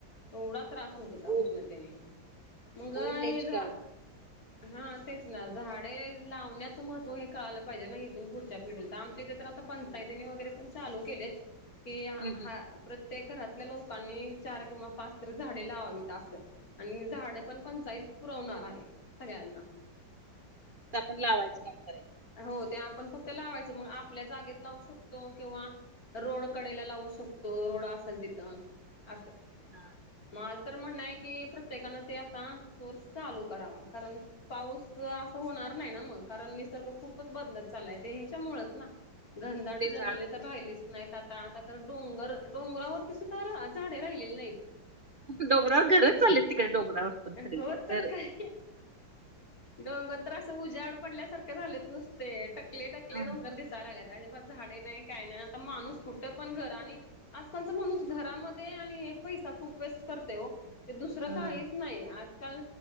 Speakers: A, on the left; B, on the right.
A: एवढा त्रास होत होता
B: ओ
A: उष्णतेने मंग हे
B: ओल्ड एज
A: झा
B: गाव
A: हा तेच ना झाडे लावण्याचं महत्व हे कळालं पाहिजे ना, इथून पुढच्या पिढीला तर आम इथे तर आता पंचायतीनी
B: हम्म
A: वगैरे पण चालू केलेत की हा
B: हम्म हम्म.
A: प्रत्येक घरातल्या लोकांनी चार किंवा पाच तरी झाडे लावावीत असं. आणि झाडं पण पंचाईत पुरवणार आहे सगळ्यांना.
B: फक्त आपण लावायचं काम करायचं.
A: हो ते आपण फक्त लावायचं मग आपल्या जागेत लावू शकतो किंवा रोड कडेला लावू शकतो, रोड असेल तिथं. असं
B: हा
A: माझ तर म्हणणं आहे की प्रत्येकान ते आता सोर्स चालू करावा कारण पाऊस असं होणार नाही ना कारण निसर्ग खूपच बदलत चाललाय, ते ह्याच्यामुळेच ना घनदाट
B: ते
A: जंगली
B: झाड
A: तर राहिलीच नाहीत आता, आता तर डोंगर डोंगरावरती सुद्धा झाडे राहिलेली नाहीत.
B: डोंगरावर घरचं चाललेत तिकडे डोंगरावर. पण सगळीकडे
A: हो तर
B: घर
A: काय डोंगर तर असा ते उजाड पडल्यासारखे झालेत नुसते, टकले टकले
B: ह
A: डोंगर दिस सालागल्यात आणि परत झाडे नाही काही नाही नाही आता माणूस कुठं पण घर आणि आजकालचा माणूस घरामध्ये आणि हे पैसा खूप वेस्ट करते हो ते दुसरं
B: ह
A: काहीच नाही आजकाल